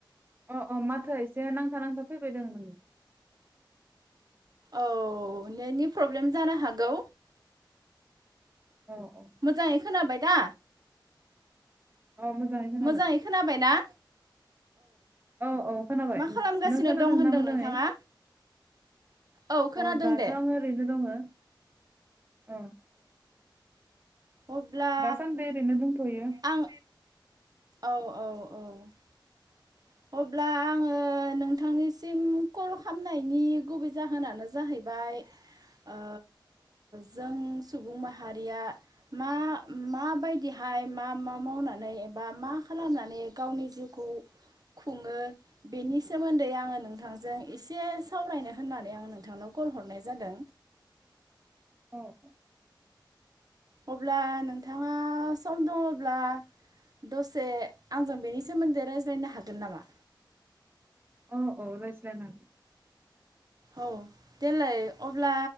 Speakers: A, on the right (about 25°); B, on the right (about 50°).
A: अ अ माथोआ एसे नांथा नांथा फैबाय दों नोंनि
B: औ नेटनि प्रब्लेम जानो हागौ
A: औ औ
B: मोजाङै खोनाबाय दा?
A: अ खोनाबाय
B: मोजाङै खोनाबायना?
A: औ औ खोनाबाय
B: खालामगासिनो
A: नों खोनादों
B: दं होनदों
A: ना मोजाङै?
B: नोंथाङा औ खोनादों
A: अ दाथ'
B: दे
A: आङो ओरैनो दङ। <inaudible> अ
B: अब्ला
A: दासानदिनो ओरैनो दंथयो।
B: आं औ औ औ अब्ला आङो नोंथांनिसिम कल खालामनायनि गुबै जाहोनानो जाहैबाय ओ जों सुबुं माहारिया मा माबायदिहाय मा मा मावनानै बा मा खालामनानै गावनि जिउखौ खुङो बेनि सोमोन्दै आङो नोंथांजों एसे सावरायनो होननानै आं नोंथांनाव कल हरनाय जादों
A: औ
B: अब्ला नोंथाङा सम दङब्ला दसे आंजों बेनि सोमोन्दै रायज्लायनो हागोन नामा?
A: अ औ रायज्लायनो हागोन।
B: औ देलाय अब्ला